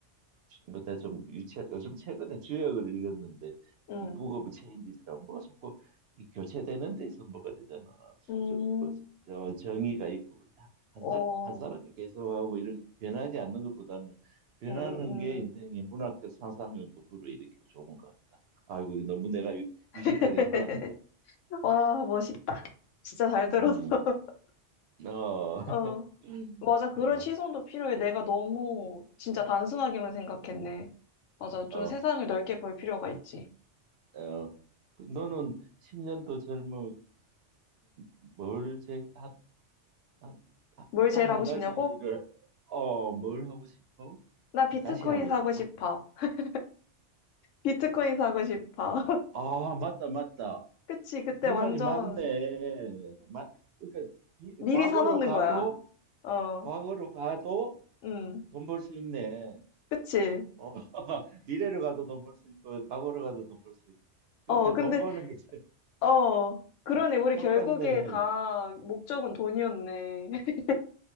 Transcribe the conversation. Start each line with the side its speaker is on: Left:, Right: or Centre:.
Right: 뭐다 좀 유치, 요즘 최근에 주역을 읽었는데,
Left: 음,
Right: 이 북 오브 체인지처고뭐 자꾸 이 교체되는 데서 뭐가 되잖아.
Left: 음,
Right: 좀, 뭐, 저 정의가 있고, 그러자. 한
Left: 어,
Right: 사람, 한 사람이
Left: 음,
Right: 계속하고 이런 변하지 않는 것보다는 변하는
Left: 음,
Right: 게 인생의
Left: 음.
Right: 문학적 상상력도 불어일으키고 좋은 것 같다. 아이고, 이거 너무 내가 유, 식하게
Left: <laughs>
Right: 놀았네.
Left: 와, 멋있다. 진짜 잘 들었어.
Right: 음,
Left: <laughs>
Right: 어, <laughs>
Left: 어. 맞아, 그런
Right: 어,
Left: 시선도 필요해. 내가 너무 진짜 단순하게만 생각했네. 맞아, 좀
Right: 어.
Left: 세상을 넓게 볼 필요가 있지.
Right: 어, 그 너는 10년도 젊어지면 뭘 제, 한, 한, 아,
Left: 뭘
Right: 딱한
Left: 제일 하고
Right: 가지를,
Left: 싶냐고?
Right: 어, 뭘 하고 싶어?
Left: 나 비트코인
Right: 다시 하고
Left: 사고
Right: 싶어?
Left: 싶어. <laughs> 비트코인 사고 싶어. <laughs>
Right: 아, 맞다, 맞다.
Left: 그치, 그때
Right: 너
Left: 완전
Right: 말이 맞네. 맞, 그러니까, 이,
Left: 미리
Right: 과거로
Left: 사놓는
Right: 가도,
Left: 거야. 어,
Right: 과거로 가도
Left: 음,
Right: 돈 벌 수 있네.
Left: 그치.
Right: 어, <laughs> 미래로 가도 돈 벌 수 있고, 과거로 가도 돈 벌 수 있고. 그러니까
Left: 어, 근데,
Right: 돈 버는 게 제일
Left: 어, 그러네.
Right: <laughs>
Left: 우리
Right: 똑같네.
Left: 결국에 다 목적은 돈이었네. <laughs>